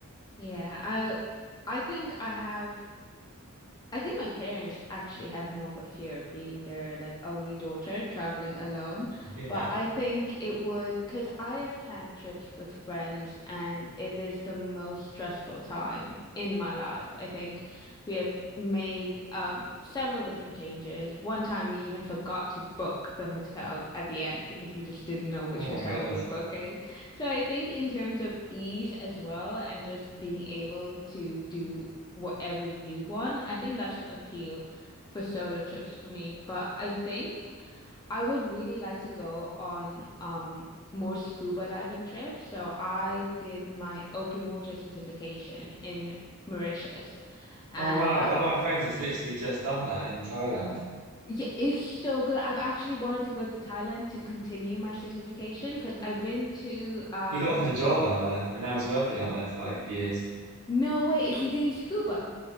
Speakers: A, on the left; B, on the right.
A: Yeah, I I think I have I think my parents actually have more of a fear of being their like only daughter traveling alone,
B: Yeah.
A: but I think it would because I have planned trips with friends and it is the most stressful time in my life. I think we have made um several different changes. One time we even forgot to book the hotel at the end because we just didn't know which
B: Oh
A: hotel
B: my God.
A: we were booking. So I think in terms of ease as well and just being able to do whatever you want. I think that's the appeal for solo trips for me. But I think I would really like to go on um more scuba diving trips. So I did my open water certification in Mauritius and
B: Oh wow.
A: that
B: One of my friends has literally just done that in Thailand.
A: Yeah, it's so good. I've actually wanted to go to Thailand to continue my certification because I've been to um
B: He got offered a job out there and now he's working out there for like years.
A: Norway. Is he doing scuba?